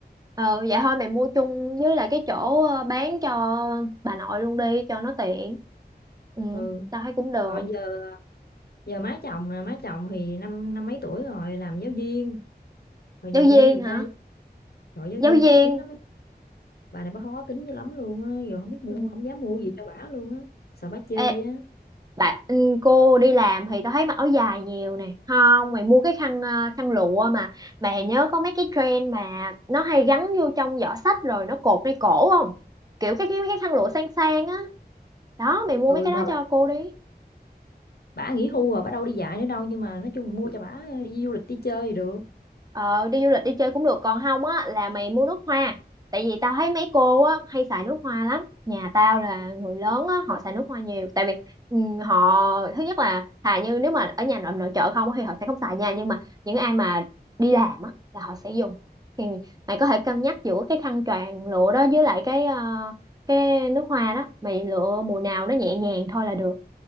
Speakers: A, on the right; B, on the left.
A: Ờ vậy thôi mày mua chung với lại cái chỗ ờ, bán cho bà nội luôn đi cho nó tiện Ừ
B: ừ
A: tao thấy cũng được
B: rồi giờ giờ má chồng là má chồng thì năm năm mấy tuổi rồi làm giáo viên rồi
A: giáo
B: giờ mua
A: viên
B: gì
A: hả
B: ta rồi giáo
A: giáo
B: viên
A: viên
B: khó tính lắm ấy. bà này bà khó tính dữ lắm luôn á rồi không biết mua
A: Ừ.
B: không dám mua gì cho bả luôn á sợ bả chê
A: Ê,
B: á
A: bạn ừ, cô đi làm thì tao thấy mặc áo dài nhiều nè không mày mua cái khăn ờ, khăn lụa mà mày nhớ có mấy cái trend mà nó hay gắn vô trong giỏ xách rồi nó cột ngay cổ không kiểu cái cái mấy cái khăn lụa sang sang á đó mày mua
B: ừ
A: mấy cái
B: mà
A: đó cho cô đi
B: bả nghỉ hưu rồi bả đâu đi dạy nữa đâu nhưng mà nói chung mua cho bả đi du lịch đi chơi thì được
A: Ờ, đi du lịch đi chơi cũng được còn không á là mày mua nước hoa tại vì tao thấy mấy cô á hay xài nước hoa lắm nhà tao là người lớn á họ xài nước hoa nhiều tại vì ừ, họ thứ nhất là thà như nếu mà ở nhà nội nội trợ không á thì họ sẽ không xài nha nhưng mà những ai mà đi làm á là họ sẽ dùng thì mày có thể cân nhắc giữa cái khăn choàng lụa đó với lại cái ờ, cái nước hoa đó mày lựa mùa nào nó nhẹ nhàng thôi là được